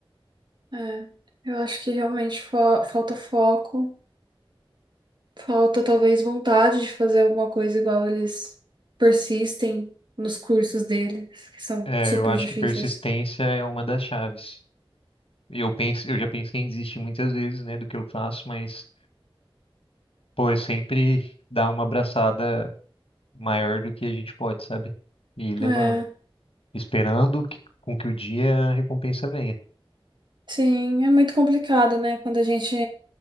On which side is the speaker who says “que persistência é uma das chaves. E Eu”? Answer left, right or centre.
Left